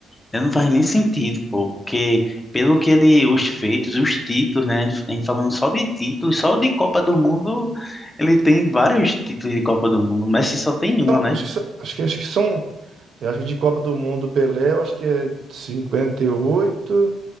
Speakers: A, on the left; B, on the right.
A: eh, não faz nem sentido, pô, porque pelo que ele, os feitos, os títulos, né, a gente a gente falando só de títulos, só de Copa do Mundo, ele tem vários títulos de Copa do Mundo, o Messi só tem
B: Então,
A: uma, né?
B: acho que, são- acho que, acho que são. Eu acho que de Copa do Mundo, o Pelé, eu acho que é cinquenta e oito,